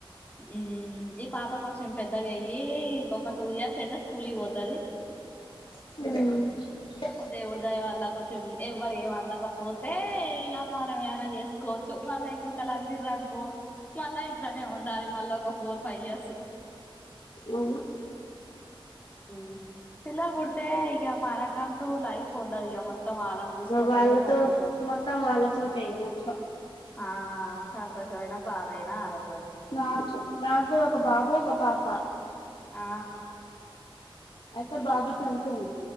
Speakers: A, on the left; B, on the left.
A: ఉ ఈ పాప కొంచం పెద్దగా అయ్యి ఇక ఒక టూ ఇయర్స్ పెద్దది స్కూల్ కి పోతాది.
B: మ్
A: దేవుడిదయ వల్ల కొంచెం ఎవ్వరు ఏం అందకపోతే ఇక మనం ఏమైనా చేసుకోవచ్చు మన ఇంకొకరుఅందిర్రు అనుకో మళ్ళా ఇంట్లోనే ఉండాలి. మళ్ళా ఒక ఫోర్ ఫైవ్ ఇయర్స్.
B: మ్ ఉహ్
A: మ్ పిల్లలు పుడితే ఇగ మనకంటూ లైఫ్ ఉండదిగ మొత్తం మొత్తం వాళ్ళని చూసుకోవటమే
B: వాళ్ళతో
A: సరిపోతాది.
B: మొత్తం వాళ్ళతోటే ఇగ మొత్తం
A: ఆ సంతోషమైన, బాధయినా వాళ్ళతోటే
B: నాకు నాకు కూడా ఒక బాబు, ఒక పాప.
A: ఆ
B: అయితే బాబు చనిపోయుండు.